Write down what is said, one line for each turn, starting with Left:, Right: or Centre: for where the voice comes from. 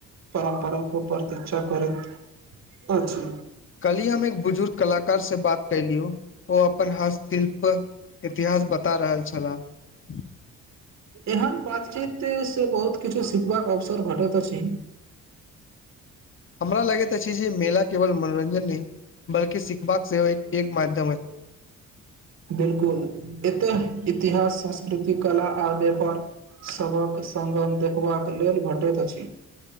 Right: परम्परा को प्रतीक्षा करैत अछि
Left: कली हम एक बुजुर्ग कलाकार से बात कलियौ ओ अपन हस्तशिल्प इतिहास बता रहल छलाह <inaudible>
Right: एहन बातचीत से बहुत किछु सिखबाक अवसर भैटैत अछि
Left: हमरा लगैत अछि जे मेला केवल मनोरञ्जन नहि बल्कि सिखबाक सेहो एक माध्य
Right: बिलकुल एतेह इतिहास संस्कृति कला आ व्यापार सबहक संगम देखबाक ल घटैत अछि